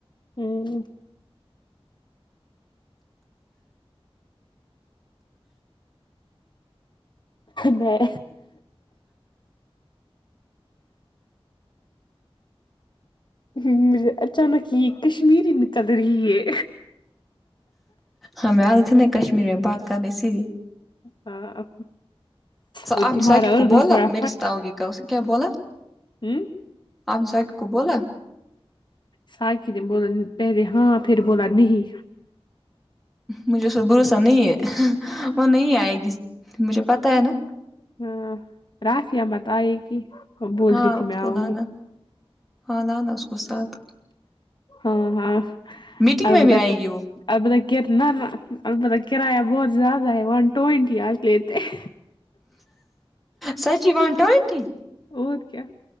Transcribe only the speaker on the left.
ہمم میں ہ مجھے اچانک یہ کشمیری نکل رہی ہے
ہاں اور
تمہارا
اردو
تھوڑا
ہوں
ساکی نے بولا پہلے ہاں پھر بولا نہیں
ہاں رافیا بتئگی وہ بول
دی تھی
میں
آؤں
گی
ہاں ہاں
آ
بت
البتہ کرنا نہ البتہ کرایہ بہت زیادہ ہے ون ٹوینٹی آج لیتے ہے
اور کیا